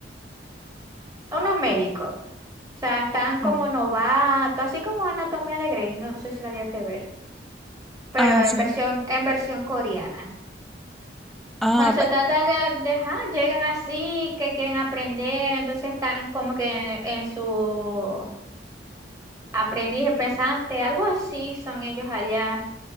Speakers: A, on the right; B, in the centre.
A: unos médicos, o sea, están
B: Ujú.
A: como novatos, así como Anatomía de Grey, no sé si la llegaste a ver, pero
B: Ah,
A: en
B: sí.
A: versión, en versión coreana.
B: Ah,
A: Bueno, se
B: pe-
A: trata de, de, ajá, llegan así, que quieren aprender, entonces están como que en, en su aprendiz de pensante, algo así son ellos allá.